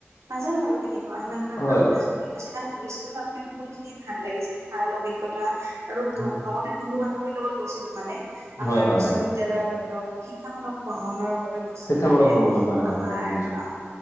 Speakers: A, on the right; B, on the left.
A: নাজানো আৰু কেনেকুৱা সিমান এটা
B: হয়
A: খাব নাছিলো কিন্তু তে যিমান ভাবিছিলোঁ তাতকে বহুতখিনি ভাল লাগিছে। ভাল অভিজ্ঞতা আৰু লগ
B: হয়
A: লগতে বন্ধু-বান্ধৱীৰ লগত গৈছিলো মানে। আমাৰ
B: হয় হয়
A: বিশ্ববিদ্যালয়ৰ
B: হয়
A: ধৰি লওক, শিক্ষামূলক ভ্ৰমণৰ বাবে গৈ গৈছিলো
B: শিক্ষামূলক
A: তাতে
B: ভ্ৰমণ হয় হয়
A: আমাৰ
B: হয় বুজি পাইছো
A: আম